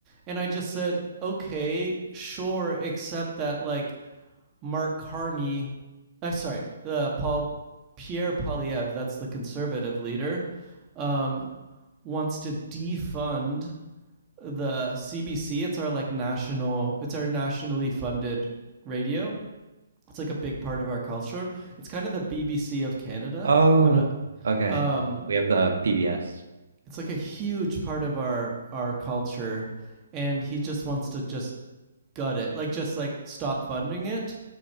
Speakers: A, on the right; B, on the right.
A: and I just said, okay, sure, except that like Mark Carney, uh, sorry, uh, Paul Pierre Polyev, that's the conservative leader, um, wants to defund the CBC. It's our like national, it's our nationally funded radio. It's like a big part of our culture. It's kind of the BBC of Canada.
B: Oh,
A: I'm not.
B: okay.
A: Um,
B: We have the PBS.
A: it's like a huge part of our our culture and he just wants to just gut it like just like stop funding it